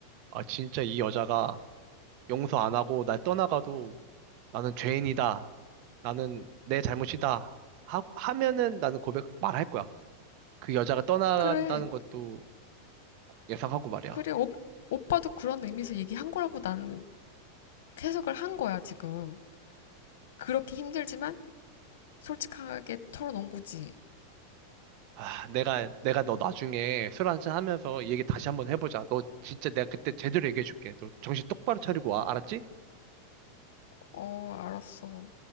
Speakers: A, on the right; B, on the left.
A: 아, 진짜 이 여자가 용서 안 하고 날 떠나가도 나는 죄인이다. 나는 내 잘못이다. 하고, 하면은 나는 고백 말할 거야. 그 여자가 떠나간다는
B: 그래.
A: 것도 예상하고 말이야.
B: 그래, 오, 오빠도 그런 의미에서 얘기한 거라고 나는 해석을 한 거야, 지금. 그렇게 힘들지만 솔직하게 털어놓은 거지.
A: 아, 내가, 내가 너 나중에 술 한잔 하면서 이 얘기 다시 한번 해보자. 너 진짜 내가 그때 제대로 얘기해줄게. 너 정신 똑바로 차리고 와. 알았지?
B: 어, 알았어.